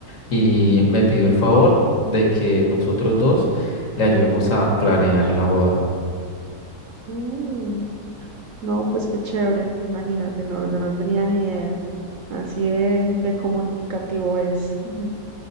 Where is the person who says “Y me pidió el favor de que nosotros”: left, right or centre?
Left